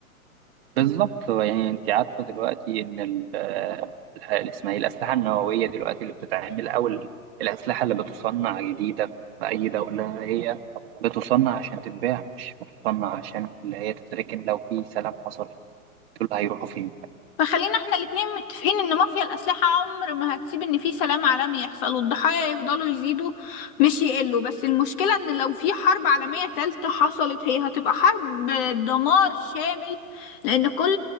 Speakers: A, on the right; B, on the left.
A: بالظبط يعني انت عارفة دلوقتي ان ال- آه، اسمها ايه الاسلحة النووية دلوقتي اللي بتتعمل او ال- الاسلحة اللي بتصنع جديدة في اي دولة هي بتصنع عشان تتباع مش بتصنع عشان اللي هي تتركن لو في سلام حصل دول هيروحوا فين
B: فخلينا احنا الاتنين متفقين ان مافيا الأسلحة عمر ما هتسيب ان في سلام عالمي يحصل والضحايا يفضلوا يزيدوا مش يقلوا بس المشكلة ان لو في حرب عالمية تالتة حصلت هي هتبقى حرب دمار شامل لان كل